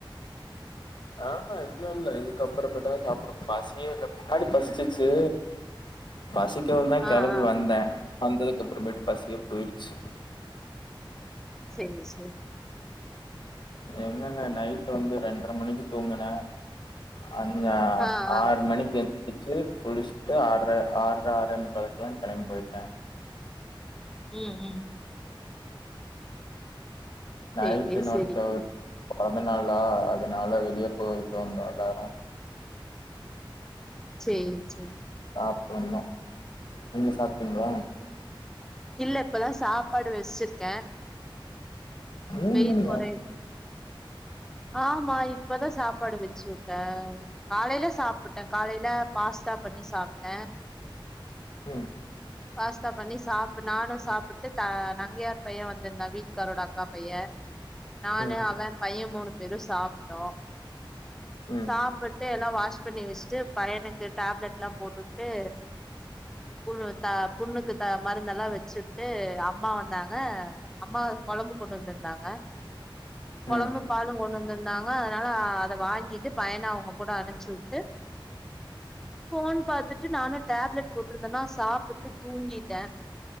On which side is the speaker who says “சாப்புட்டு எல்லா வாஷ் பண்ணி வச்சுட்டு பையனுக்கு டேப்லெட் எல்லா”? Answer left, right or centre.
Centre